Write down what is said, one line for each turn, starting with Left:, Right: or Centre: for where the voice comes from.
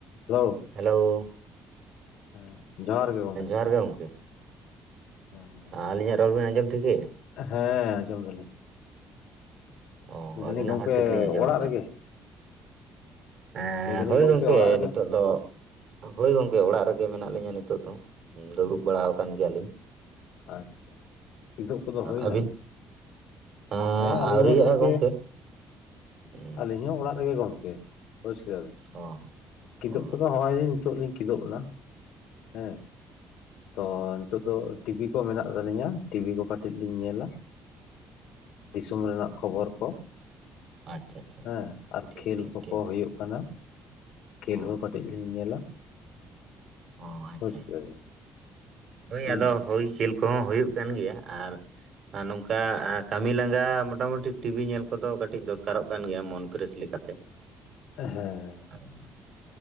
Left: Hello,
Right: hello,
Left: ᱦᱮᱸ ᱡᱚᱦᱟᱸᱨ ᱜᱮ ᱜᱚᱝᱠᱮ
Right: ᱦᱟᱸᱨ ᱜᱮ ᱜᱚᱝᱠᱮ
Left: ᱦᱮᱸ
Right: ᱟᱹᱞᱤᱧᱟᱜ ᱨᱚᱲ ᱵᱤᱱ ᱟᱸᱡᱚᱢ ᱴᱷᱤᱠᱟᱹᱭᱮᱜ-ᱟ?
Left: ᱦᱮ ᱟᱸᱡᱚᱢ ᱫᱟᱞᱤᱧ᱾
Right: ᱚ
Left: ᱞᱟᱹᱭ ᱫᱟᱞᱤᱧ
Right: ᱟᱵᱤᱱᱟᱜ
Left: ᱜᱚᱝᱠᱮ
Right: ᱦᱚᱸ ᱴᱷᱤᱠ ᱞᱤᱧ ᱟᱸᱡᱚᱢᱮᱫ
Left: ᱚᱲᱟᱜ ᱨᱮᱜᱮ?
Right: ᱮ
Left: ᱞᱟᱹᱭ ᱫᱟᱞᱤᱧ
Right: ᱦᱳᱭ ᱜᱚᱝᱠᱮ
Left: ᱚᱲᱟᱜ ᱨᱮᱜᱮ
Right: ᱱᱤᱛᱳᱜ ᱫᱚ ᱦᱳᱭ ᱜᱚᱝᱠᱮ
Left: ᱦᱩᱸ
Right: ᱚᱲᱟᱜ ᱨᱮ ᱜᱮ ᱢᱮᱱᱟᱜ ᱞᱤᱧᱟᱹ ᱱᱤᱛᱳᱜ ᱫᱚ ᱫᱩᱲᱩᱵ ᱵᱟᱲᱟᱣ ᱠᱟᱱ ᱜᱮᱭᱟ ᱞᱤᱧ᱾
Left: ᱟᱪᱪᱷᱟ ᱠᱤᱫᱳᱵ ᱠᱚᱫᱚ ᱦᱩᱭ
Right: ᱟᱹᱵᱤᱱ
Left: ᱱᱟ?
Right: ᱮᱸ
Left: ᱦᱮ ᱟᱹᱞᱤᱧ
Right: ᱟᱹᱣᱨᱤᱭᱟᱜᱼᱟ
Left: ᱦᱚ ᱜᱚᱝᱠᱮ
Right: <unintelligible>
Left: ᱟᱹᱞᱤᱧ ᱦᱚ ᱚᱲᱟᱜ ᱨᱮᱜᱮ ᱜᱚᱝᱠᱮ ᱵᱩᱪ ᱠᱮᱫᱟ ᱵᱤᱱ?
Right: ᱚ
Left: ᱠᱤᱫᱩᱵ
Right: ᱚ
Left: ᱠᱚᱫᱚ ᱦᱚᱜ-ᱚᱭ ᱞᱤᱧ ᱱᱤᱛᱳᱜ ᱞᱤᱧ ᱠᱤᱫᱩᱵ ᱱᱟ ᱦᱮ ᱛᱚ ᱱᱤᱛᱳᱜ ᱫᱚ ᱴᱤᱵᱤ ᱠᱚ ᱢᱮᱱᱟᱜ ᱛᱟᱞᱤᱧᱟ ᱴᱤᱵᱤ ᱠᱚ ᱠᱟᱹᱴᱤᱜ ᱞᱤᱧ ᱧᱮᱞᱟ ᱫᱤᱥᱚᱢ ᱨᱮᱱᱟᱜ ᱠᱷᱚᱵᱚᱨ ᱠᱚ᱾
Right: ᱟᱪᱪᱷᱟ ᱟᱪᱪᱷᱟ,
Left: ᱦᱮ ᱟᱨ
Right: ᱴᱷᱤᱠ
Left: ᱠᱷᱮᱞ
Right: ᱴᱷᱤᱠ
Left: ᱠᱚ
Right: ᱴᱷᱤᱠ
Left: ᱠᱚ ᱦᱩᱭᱩᱜ ᱠᱟᱱᱟ ᱠᱷᱮᱞ
Right: ᱚ
Left: ᱦᱚᱸ ᱠᱟᱹᱴᱤᱡ ᱞᱤᱧ ᱧᱮᱞᱟ᱾
Right: ᱚ ᱟᱪᱪᱷᱟ
Left: ᱵᱩᱡᱽ
Right: ᱟᱪ
Left: ᱠᱮᱫᱟᱵᱤᱱ
Right: ᱦᱳᱭ
Left: ᱦᱩᱸ
Right: ᱟᱫᱚ ᱦᱳᱭ ᱠᱷᱮᱞ ᱠᱚᱦᱚ ᱦᱩᱭᱩᱜ ᱠᱟᱱ ᱜᱮᱭᱟ ᱟᱨ ᱟᱨ ᱱᱚᱝᱠᱟ ᱠᱟᱹᱢᱤ ᱞᱟᱸᱜᱟ ᱢᱚᱴᱟ ᱢᱩᱴᱤ ᱴᱤᱵᱤ ᱧᱮᱞ ᱠᱚᱫᱚ ᱠᱟᱹᱴᱤᱡ ᱫᱚᱨᱠᱟᱨᱚᱜ ᱠᱟᱱ ᱜᱮᱭᱟ ᱢᱚᱱ ᱯᱷᱮᱨᱮᱥ ᱞᱮᱠᱟᱛᱮ᱾ <inaudible>
Left: ᱮᱦᱮ
Right: <inaudible>